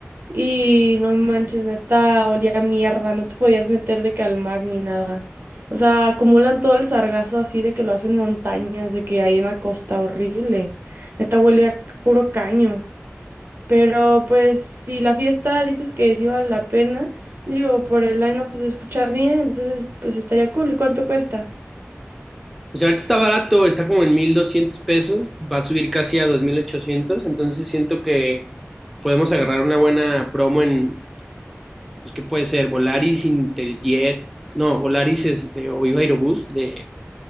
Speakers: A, on the right; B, in the centre.
A: y no manches, neta, olía a mierda, no te podías meter de calmar ni nada. O sea, acumulan todo el sargazo así de que lo hacen montañas, de que hay una costa horrible. Neta huele a c- puro caño. Pero pues si la fiesta dices que sí vale la pena, digo, por el line-up se escucha bien, entonces pues estaría cool. ¿Cuánto cuesta?
B: Pues ahorita está barato, está como en 1200 pesos, va a subir casi a 2800, entonces siento que podemos agarrar una buena promo en, pues qué puede ser, Volaris, Interjet, no, Volaris es de o Viva Aerobús, de,